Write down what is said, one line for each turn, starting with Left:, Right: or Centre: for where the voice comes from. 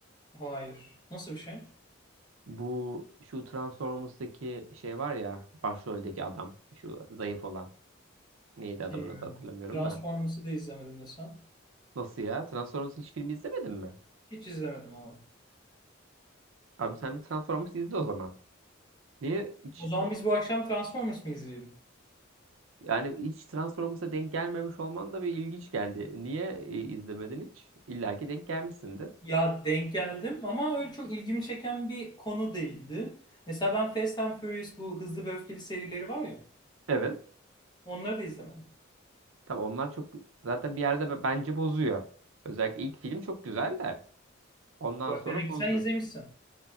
Left: Hayır. Nasıl bir şey?
Right: Bu şu Transformers'taki şey var ya başroldeki adam şu zayıf olan. Neydi adamın
Left: Bilmiyorum.
Right: adı hatırlamıyorum
Left: Transformers'ı
Right: da.
Left: da izlemedim desem.
Right: Nasıl ya? Transformers hiç filmi izlemedin mi?
Left: Hiç izlemedim abi.
Right: Abi sen bir Transformers izle o zaman. Niye hiç
Left: O zaman biz bu akşam Transformers mı izleyelim?
Right: yani hiç Transformers'a denk gelmemiş olman da bir ilginç geldi. Niye e, izlemedin hiç? İlla ki denk gelmişsindir.
Left: Ya denk geldim ama öyle çok ilgimi çeken bir konu değildi. Mesela ben Fast and Furious bu hızlı ve öfkeli serileri var ya.
Right: Evet.
Left: Onları da izlemedim.
Right: Tabii onlar çok zaten bir yerde be- bence bozuyor. Özellikle ilk film çok güzel de ondan
Left: Bak
Right: sonra
Left: demek
Right: bozdu.
Left: ki sen izlemişsin.